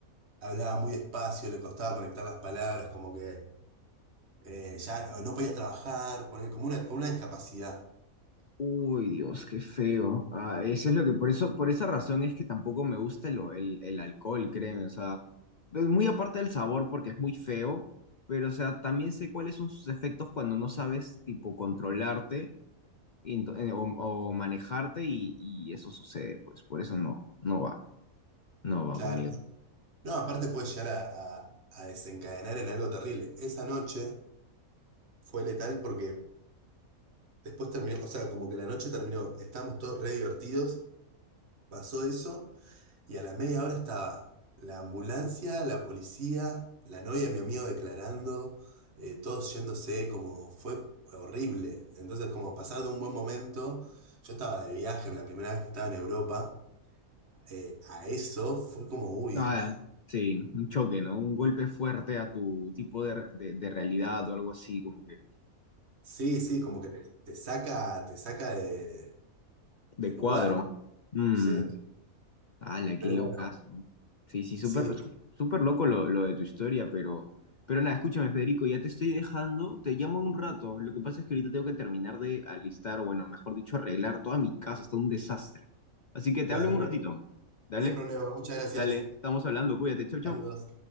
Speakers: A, on the right; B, on the left.
A: hablaba muy despacio, le costaba conectar las palabras, como que eh, ya no, no podía trabajar, poner como una, como una discapacidad.
B: Uy, Dios, qué feo. Ah, eso es lo que, por eso, por esa razón es que tampoco me gusta el, el, el alcohol, créeme. O sea, pues, muy aparte del sabor porque es muy feo, pero o sea, también sé cuáles son sus efectos cuando no sabes, tipo, controlarte y ento- eh, o, o manejarte y, y eso sucede, pues por eso no, no va, no va
A: Claro.
B: conmigo.
A: No, aparte puede llegar a, a- a desencadenar en algo terrible. Esa noche fue letal porque después terminó, o sea, como que la noche terminó, estábamos todos re divertidos, pasó eso. Y a la media hora estaba la ambulancia, la policía, la novia de mi amigo declarando, eh, todos yéndose, como fue horrible. Entonces, como pasar de un buen momento, yo estaba de viaje, la primera vez que estaba en Europa, eh, a eso fue como, uy,
B: Ah, sí, un choque, ¿no? Un golpe fuerte a tu tipo de, de, de realidad o algo así, como que
A: sí, sí, como que te, te saca, te saca de,
B: de
A: de lugar,
B: cuadro. Mm.
A: sí.
B: ala qué
A: Pero
B: locazo!
A: bueno,
B: Sí, sí, súper
A: sí,
B: súper súper loco lo, lo de tu historia, pero, pero nada, escúchame, Federico, ya te estoy dejando, te llamo en un rato. Lo que pasa es que ahorita tengo que terminar de alistar, o bueno, mejor dicho, arreglar toda mi casa, está un desastre. Así que te
A: bueno,
B: hablo en un
A: no
B: ratito.
A: hay,
B: Dale,
A: no hay problema, muchas gracias.
B: dale, estamos hablando, cuídate, chau, chau.
A: Saludos.